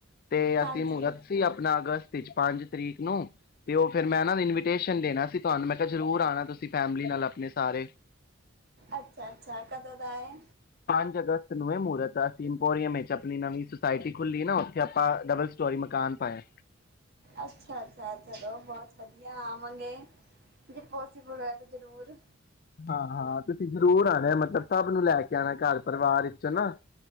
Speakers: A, on the left (about 45°); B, on the right (about 50°).
A: ਤੇ
B: ਹਾਂਜੀ
A: ਅਸੀਂ ਮੂਰਤ ਸੀ ਆਪਣਾ ਅਗਸਤ- ਪੰਜ ਤਰੀਕ ਨੂੰ ਤੇ ਉਹ ਫਿਰ ਮੈਂ ਨਾ ਇਨਵੀਟੇਸ਼ਨ ਦੇਣਾ ਸੀ ਤੁਹਾਨੂੰ ਮੈਂ ਕਿਹਾ ਜ਼ਰੂਰ ਆਉਣਾ ਤੁਸੀਂ ਫੈਮਿਲੀ ਨਾਲ ਆਪਣੇ ਸਾਰੇ।
B: ਅੱਛਾ ਅੱਛਾ ਕਦੋਂ ਦਾ ਏ?
A: ਪੰਜ ਅਗਸਤ ਨੂੰ ਇਹ ਮਹੂਰਤ ਆ- ਇੰਪੋਰੀਅਮ ਵਿੱਚ ਆਪਣੀ ਨਵੀਂ ਸੋਸਾਇਟੀ ਖੁੱਲੀ ਨਾ ਉੱਥੇ ਆਪਾਂ ਡਬਲ- ਸਟੋਰੀ ਮਕਾਨ ਪਾਇਆ-
B: ਅੱਛਾ ਅੱਛਾ ਚਲੋ ਬਹੁਤ ਵਧੀਆ ਆਵਾਂਗੇ ਜੇ ਪੋਸੀਬਲ ਹੋਇਆ ਤੇ ਜਰੂਰ।
A: ਹਾਂ ਹਾਂ, ਤੁਸੀਂ ਜ਼ਰੂਰ ਆਣਾ ਮਤਲਬ ਸਭ ਨੂੰ ਲੈ ਕੇ- ਆਣਾ ਘਰ ਪਰਿਵਾਰ ਵਿਚੋਂ ਨਾ।